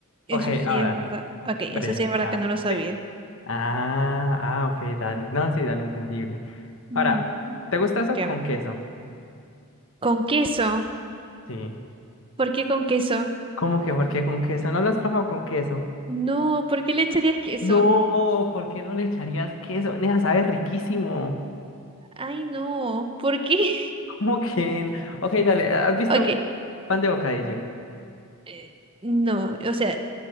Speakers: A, on the right; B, on the left.
A: eso
B: Ok,
A: sí
B: ahora,
A: es verdad. Ok, eso
B: bre,
A: sí es verdad
B: ah,
A: que no lo sabía.
B: ¿sí? Ah, ah, ok, dale. No, sí, dale, entendible.
A: Ujú.
B: Ahora, ¿te gusta eso
A: ¿Qué?
B: con queso?
A: ¿Con queso?
B: Sí.
A: ¿Por qué con queso?
B: ¿Cómo que por qué con queso? ¿No lo has probado con queso?
A: No, ¿por qué le echarías queso?
B: No, ¿por qué no le echarías queso? Nea, sabe riquísimo.
A: Ay, no, ¿por qué? <laughs>
B: <laughs> ¿Cómo que? n- Ok, dale, ¿has visto
A: Ok. eh,
B: pan de bocadillo?
A: eh, no, o sea,